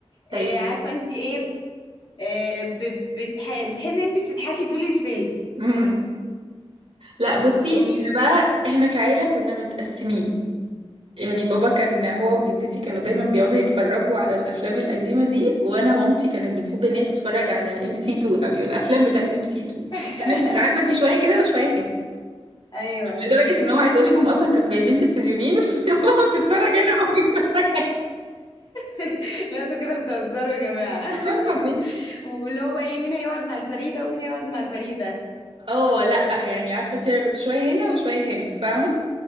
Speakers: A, on the right (about 60°); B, on the left (about 45°).
A: طيب
B: آه، عارفه انت ايه آه، ب- بتح... بتحسي ان انت بتضحكي طول الفيلم
A: امم لا بصي
B: يعني
A: احنا
B: ال...
A: بقى احنا كعيله كنا متقسمين يعني بابا كان هو وجدتي كانوا دايما بيقعدوا يتفرجوا على الافلام القديمه دي وانا مامتي كانت بتحب ان هي تتفرج على ام بي سي 2 قوي الافلام بتاعت ام بي سي 2
B: <laughs>
A: فانا كنت عارفه انت شويه كده وشويه كده
B: ايوه
A: لدرجه ان هو عايز اقول لك هم اصلا كانوا جايبين تلفزيونين <laughs> ماما بتتفرج هنا وبتتفرج هنا
B: <laughs> لا انتوا كده بتهزروا يا جماعه
A: والله العظيم
B: <laughs> واللي هو بقى ايه مين هيقعد مع الفريده ومين هيقعد مع الفريده
A: اه لا يعني عارفه انت انا كنت شويه هنا وشويه هنا فاهمه